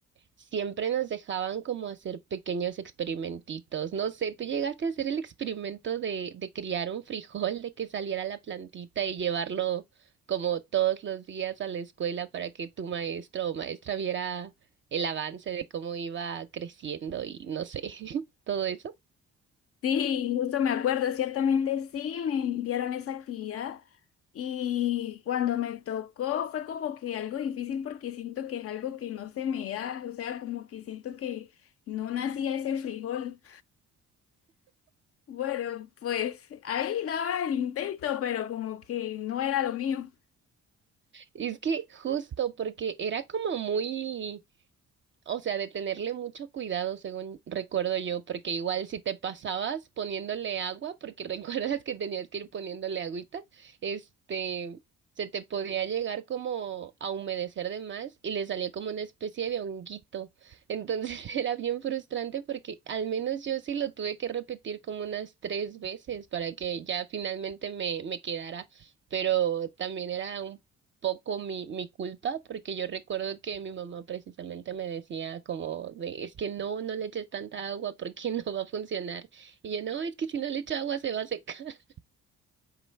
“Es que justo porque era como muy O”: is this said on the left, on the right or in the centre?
Right